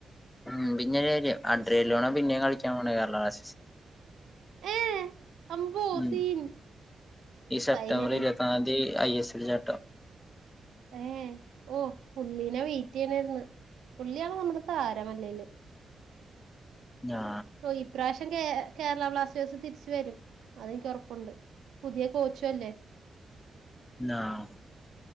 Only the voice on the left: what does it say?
ഉം പിന്നെ ഒര് കാര്യം, അഡ്രെലോണ പിന്നേും കളിക്കാൻ പോണേ, കേരള ബ്ലാസ്റ്റേഴ്സിൽ.
ഉം
ഈ സെപ്റ്റംബർ
ഇരുപത്തിന്നാലാം തി ഐ എസ് എലിൽ <unintelligible>
ഞാ
<unintelligible> <unintelligible>